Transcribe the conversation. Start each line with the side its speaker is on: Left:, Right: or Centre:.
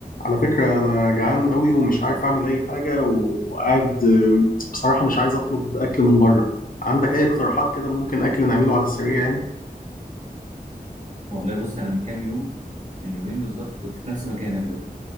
Left: على فكرة أنا جعان قوي ومش عارف أعمل أي حاجة وقاعد آم، بصراحة مش عايز أطلب أكل من بره عندك أي اقتراحات كده ممكن أكل نعمله على السريع يعني
Right: والله بص انا من كام يوم من يومين بالظبط كنت في نفس مكانك ده